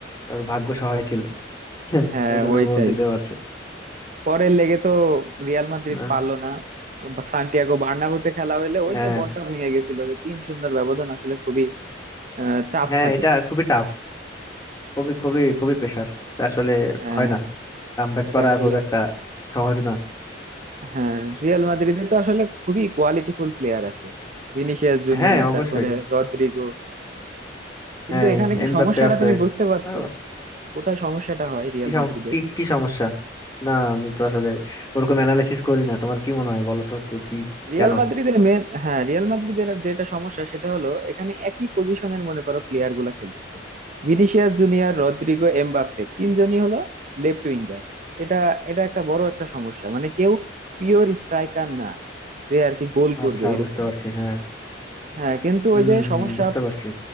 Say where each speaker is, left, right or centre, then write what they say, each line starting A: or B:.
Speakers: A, on the left; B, on the right.
A: ওর ভাগ্য সহায় ছিল <laughs>
B: হ্যাঁ
A: ওই জন্য
B: ওইটাই
A: গোল দিতে পারছে
B: পরের লেগে তো রিয়াল মাদ্রিদ
A: না,
B: পারলো না সান্টিয়াগো বার্নাবুতে খেলা হইলে ওই
A: হ্যাঁ
B: যে মনটা ভেঙে গেছিল যে তিন শূন্যের ব্যবধান আসলে খুবই আহ, চাপ
A: হ্যাঁ
B: থাকে
A: এটা খুবই টাফ খুবই খুবই খুবই প্রেশার আসলে
B: হ্যাঁ
A: হয় না কাম ব্যাক
B: এটা
A: করা
B: আসলে
A: খুব একটা সহজ না
B: হ্যাঁ রিয়াল মাদ্রিদে তো আসলে খুবই কোয়ালিটিফুল প্লেয়ার আছে ভিনিসিয়াস জুনিয়র
A: হ্যাঁ অবশ্যই
B: তারপরে রদ্রিগো কিন্তু
A: হ্যাঁ
B: এখানে কি
A: এমবাপ্পে
B: সমস্যাটা
A: আছে
B: তুমি বুঝতে পারছো
A: আরো
B: কোথায় সমস্যাটা হয় রিয়াল
A: কি সম-
B: মাদ্রিদের
A: কি কি সমস্যা না আমি তো আসলে ওরকম অ্যানালাইসিস করি না তোমার কি মনে হয় বলো তো তো কি
B: রিয়াল
A: কেন
B: মাদ্রিদের মেন হ্যাঁ রিয়াল মাদ্রিদের যেটা সমস্যা সেটা হলো এখানে একই পজিশনের মনে করো প্লেয়ার গুলা খেলতেছে ভিনিসিয়াস জুনিয়র রদ্রিগো এমবাপ্পে তিনজনই হলো লেফট উইঙ্গার এটা এটা একটা বড় একটা সমস্যা মানে কেউ পিওর স্ট্রাইকার না যে আর কি গোল করবে
A: আচ্ছা
B: এরকম
A: বুঝতে পারছি হ্যাঁ
B: হ্যাঁ কিন্তু
A: হুম
B: ওই যে
A: হুম
B: সমস্যা
A: বুঝতে পারছি